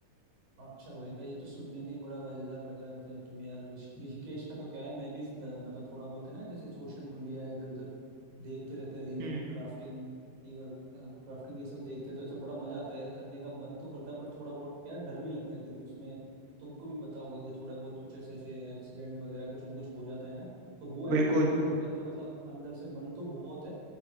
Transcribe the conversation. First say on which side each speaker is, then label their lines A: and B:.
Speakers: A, on the right (about 70°); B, on the right (about 30°).
A: अच्छा भाई भाई ये तो सुनने में ही बड़ा मजेदार लग रहा है मतलब तुम यार ऋष- ऋषिकेश का तो क्या है मैं भी अ, मतलब थोड़ा बहुत है ना जैसे सोशल मीडिया इधर उधर देखते रहते हैं रिवर
B: हम्म
A: क्राफ्टिंग रिवर क्राफ्टिंग ये सब देखते हैं तो ऐसा बड़ा मजा आता है यार करने का मन तो करता है बट थोड़ा बहुत क्या है, डर भी लगता है क्योंकि उसमें तुमको भी पता होगा कि थोड़े बहुत कुछ ऐसे ऐसे एक्सीडेंट वगैरह कुछ ना कुछ हो जाता है ना तो वो एक्टिविटी
B: बिल्कुल बिल्कुल
A: करने का मतलब अंदर से मन तो बहुत है